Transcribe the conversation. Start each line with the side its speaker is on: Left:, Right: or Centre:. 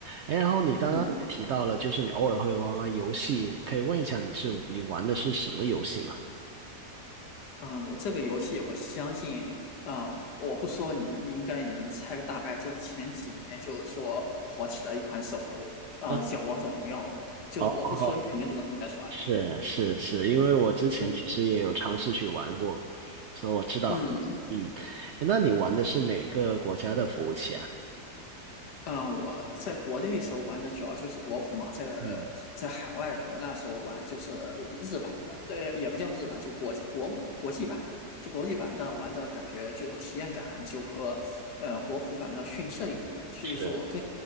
Right: 哎，然后你刚刚也提到了，
Left: 嗯，
Right: 就是你偶尔会玩玩游戏，可以问一下你是你玩的是什么游戏吗？
Left: 嗯，这个游戏我相信，啊，我不说你，你应该也能猜个大概。就是前几年，就是说火起来一款手游，啊，
Right: 嗯，
Left: 叫《王者荣耀》的，就是我不说，
Right: 哦，
Left: 你肯定都能猜出来。
Right: 是是是，因为我之前其实也有尝试去玩过，
Left: 嗯
Right: 所以我知道。
Left: 嗯。
Right: 嗯，那你玩的是哪个国家的服务器啊？
Left: 嗯，呃我在国内时候玩的主要就是国服嘛，在
Right: 嗯，
Left: 在海外我那时候玩就是日版的，对，也不叫日版，就国国国际版的，就国际版，但玩的感觉就是体验感就和呃国服版的逊色一点，所以说我更
Right: 是